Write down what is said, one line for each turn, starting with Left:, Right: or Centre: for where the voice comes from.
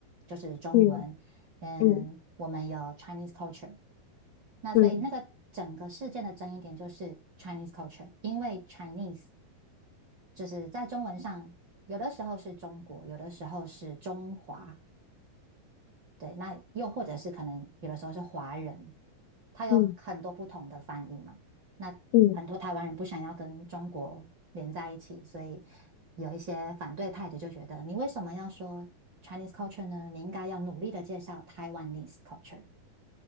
Right: 就是中文，
Left: 嗯
Right: 嗯，
Left: 嗯
Right: 我们有 Chinese culture。那所以那个整个事件的争议点就是
Left: 嗯
Right: Chinese culture，因为 Chinese。就是在中文上，有的时候是中国，有的时候是中华，对，那又或者是可能有的时候是华人，它有很多不同的翻译嘛。
Left: 嗯
Right: 那很多台湾人不想要跟中国连在一起，
Left: 嗯，
Right: 所以有一些反对派的就觉得，你为什么要说 Chinese culture 呢？你应该要努力的介绍 Taiwanese culture。